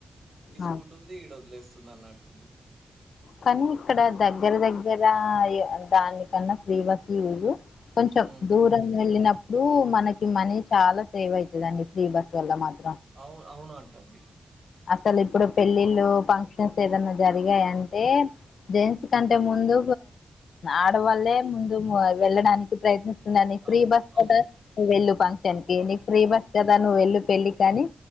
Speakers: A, on the left; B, on the right.
A: ఆ!
B: కుంటుంది ఈడ వదిలేస్తుందన్నట్టుంది
A: కానీ ఇక్కడ దగ్గర దగ్గర దానికన్నా ఫ్రీ బస్సు యూజు కొంచెం
B: హ్మ్.
A: దూరం వెళ్ళినప్పుడు మనకి మనీ చాలా సేవ్ అవుతదండి ఫ్రీ బస్ వల్ల మాత్ర
B: అవును అవును అంటండి
A: అసలు ఇప్పుడు పెళ్ళిళ్ళు ఫంక్షన్స్ ఏదన్నా జరిగాయంటే జెంట్స్ కంటే ముందు ఆడవాల్లే ముందు వెళ్ళడానికి ప్రయత్నిస్ స్తుందండి ఫ్రీ
B: అవును.
A: బస్సు కదా
B: అవును.
A: నువ్ వెళ్ళు ఫంక్ష నికి నీకు ఫ్రీ బస్ కదా నువ్వు వెళ్ళు పెళ్లికానీ